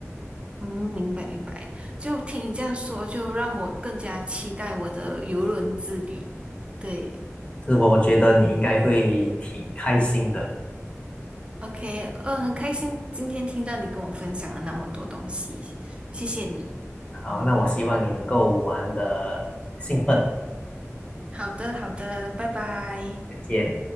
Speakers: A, on the right (about 20°); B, on the left (about 25°).
A: 嗯，明白明白。就听你这样说，就让我更加期待我的游轮之旅。对。
B: 是我我觉得你应该会挺开心的。
A: OK，呃，很开心今天听到你跟我分享了那么多东西，谢谢你。
B: 好，那我希望你能够玩的兴奋，
A: 好的，好的，拜拜。
B: 再见。